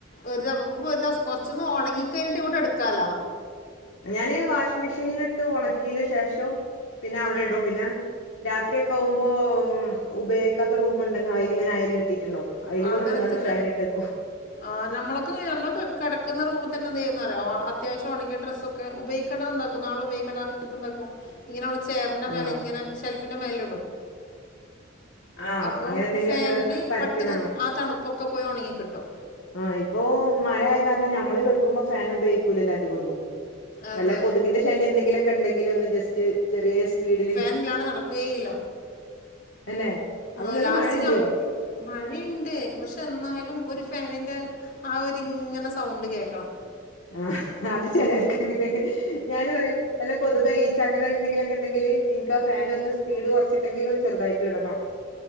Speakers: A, on the left; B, on the left.
A: ഒരുപ്പൊ ഒരു ദിവസ കൊറച്ചൊന്ന് ഉണങ്ങി ക്കഴിഞ്ഞിട്ട് ഇങ്ങോട്ട് എടുക്കാലാ?
B: ഞാൻ വാഷിംങ്ങ് മെഷീനിലിട്ട് ഉണക്കിയന്റെ ശേഷം പിന്നെ അവിടെ
A: ആ
B: ഇടും പിന്നെ... രാത്രിയൊക്കെ ആവുമ്പോ,, ഉപയോഗിക്കാത്ത റൂം ഉണ്ടെങ്കിൽ അയില് ഇങ്ങനെ അയൽ കെട്ടിട്ടുണ്ടാവും!
A: ആ,
B: അതിൽ കൂടു
A: അങ്ങനെ
B: ന്നുങ്ങാണ്ട്
A: തന്നെ
B: ഫാൻ ഇട്ടേക്കും. !
A: ആ നമ്മളൊക്കെ നമ്മ കെടക്കുന്ന റൂമെ എന്ത് ചെയ്യുന്ന അറിയോ? അത്യാവശ്യം ഉണങ്ങിയ ഡ്രസ്സോ... ക്കെ, ഉപയോഗിക്കണ്ടത് എന്താക്കും? നാളെ ഉപയോഗിക്കേണ്ട ത് എന്താക്കും.. ഇങ്ങനെയുള്ള ചെയറിൻ്റെ മേലെ,
B: ആഹ്
A: ഇങ്ങനെ ഷെൽഫിന്റെ മേലെ ഇടും!
B: ആഹ്
A: അപ്പം
B: അങ്ങനെ എന്തെങ്കിലുമൊക്കെ
A: ഫാനന്
B: പരത്തിടണം
A: പെട്ടെന്ന് ആ തണുപ്പൊക്കെ പോയി ഉണങ്ങി കിട്ടും!
B: ആഹ്! ഇപ്പോ മഴയ കാരണം നമ്മള് കെടുക്കുമ്പോ ഫാൻ ഉപയോഗിക്കൂലല്ലാ അധികമൊന്നും..
A: അതെ
B: വല്ല കൊതുകിന്റെ ശല്യം എന്തെങ്കിലുമൊക്കെ ഉണ്ടെങ്കില്, ഒന്ന് ജസ്റ്റ് ചെറിയ സ്പീഡില്...
A: ഇതില്ലാണ്ട് നടക്കുക്കേയില്ല,
B: തന്നെ അപ്പൊ
A: ആ
B: ഇങ്ങക്ക്
A: ലാസ്റ്റിനു
B: മഴയില്ലേ
A: അവ... മഴയുണ്ട്! പക്ഷെ എന്നാലും ഒരു ഫാനിന്റെ... ആ ഒരിങ്ങനെ സൗണ്ട് കേക്കണം
B: ആഹ് അത് ചിലർക്കന്നെ ഞൻ പറയും വല്ല കൊതുക ഈച്ച അങ്ങനെ എന്തെങ്കിലും ണ്ടെങ്കില് എനക്ക് ആ ഫൻ ഒന്ന് സ്പീഡ് കുറച്ചിട്ടെങ്കിലും ചെറുതായിട്ട് ഇടണം